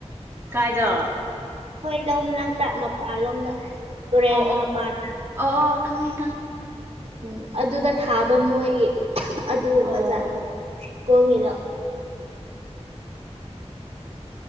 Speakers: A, on the right (about 20°); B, on the right (about 65°).
A: ꯀꯥꯏꯗ
B: ꯑꯩꯈꯣꯏ ꯂꯧ ꯃꯅꯥꯛꯇ ꯃꯄꯥꯟꯂꯣꯝꯗ ꯇꯨꯔꯦꯟ
A: ꯑꯣ ꯑꯣ
B: ꯃꯄꯥꯟ
A: ꯑꯣ ꯑꯣ ꯈꯪꯉꯤ ꯈꯪꯉꯤ
B: ꯎꯝ ꯑꯗꯨꯗ ꯊꯥꯕ ꯃꯣꯏꯒꯤ ꯑꯗꯨꯒꯨꯝꯕ
A: ꯑꯣ
B: ꯖꯥꯠꯄ ꯀꯣꯡꯉꯗꯣ